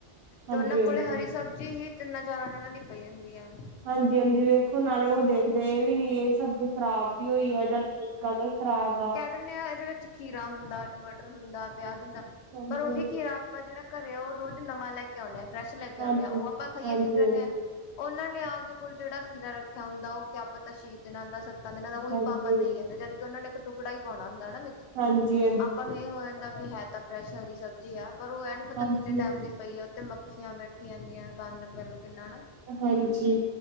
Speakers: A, on the right (about 65°); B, on the left (about 70°).
A: ਹਾਂਜੀ-ਹਾਂਜੀ।
B: ਤੇ ਉਹਨਾਂ ਕੋਲੇ ਹਰੀ ਸਬ ਜੀ, ਹੀ ਤਿੰਨਾਂ-ਚਾਰਾਂ ਦਿਨਾਂ ਦੀ ਪਈ ਹੁੰਦੀ ਆ।
A: ਹਾਂਜੀ-ਹਾਂਜੀ, ਵੇਖੋ, ਨਾਲੇ ਉਹ ਦੇਖਦੇ ਵੀ ਨੀ, ਇਹ ਸਬਜੀ ਖ਼ਰਾਬ ਵੀ ਹੋਈ ਆ, ਜਾਂ ਠੀਕ ਆ, ਜਾ ਖ਼ਰਾਬ ਆ।
B: ਐਂਨੇ ਹਾਂ, ਇਹਦੇ ਵਿੱਚ ਖੀਰਾ ਹੁੰਦਾ, ਟਮਾਟਰ ਹੁੰਦਾ, ਪਿਆਜ ਹੁੰਦਾ,
A: ਹਾਂਜੀ-ਹਾਂਜੀ,
B: ਪਰ ਉਹੀ ਖੀਰਾ ਆਪਾਂ ਜਿਹੜਾ ਘਰੇ ਆ, ਉਹ ਰੋਜ਼ ਨਵਾ ਲੈਕੇ ਆਉਂਦੇ ਹਾਂ, ਫਰੈਸ਼ ਲੈਕੇ
A: ਹਾਂਜੀ-ਹਾਂਜੀ,
B: ਆਉਂਨੇ ਹਾਂ, ਉਹ ਆਪਾਂ ਖਾਈਏ
A: ਹਾਂਜੀ-ਹਾਂਜੀ,
B: ਠੀਕ ਰਹਿੰਨੇ ਹਾਂ।
A: ਹਾਂਜੀ।
B: ਉਹਨਾਂ ਨੇ ਆਪ ਦੇ ਕੋਲ ਜਿਹੜਾ ਖੀਰਾ ਰੱਖਿਆ ਹੁੰਦਾ, ਉਹ ਕਿਆ ਪਤਾ ਸ਼ੇ ਦਿਨਾਂ ਦਾ, ਸੱਤਾਂ ਦਿਨਾਂ ਦਾ, ਉਹੀ
A: ਹਾਂਜੀ
B: ਪਾ-ਪਾ
A: ਹਾਂਜੀ
B: ਦੇਈ ਜਾਂਦੇ ਦੇ, ਜਦਕਿ ਓਹਨਾ ਨੇ ਇੱਕ ਟੁਕੜਾ ਹੀ ਪਾਉਣਾ ਹੁੰਦਾ ਨਾ ਵਿੱਚ।
A: ਹਾਂਜੀ।
B: ਆਪਾਂ ਨੂੰ ਇਹ ਹੋ ਜਾਂਦਾ ਵੀ ਹੈ ਤਾਂ ਫਰੈਸ਼, ਹਰੀ ਸਬਜ਼ੀ ਆ, ਪਰ ਉਹ ਐ ਨੀ ਪਤਾ,
A: ਹਾਂਜੀ-ਹਾਂਜੀ,
B: ਕਿੰਨੇ
A: ਹਾਂਜੀ।
B: ਟਾਈਮ ਦੀ ਪਈ ਆ ਤੇ ਮੱਖੀਆਂ ਬੈਠੀ ਜਾਂਦੀਆਂ, ਗੰਦ ਪਲ ਕਿੰਨਾ ਨਾ।
A: ਹਾਂਜੀ।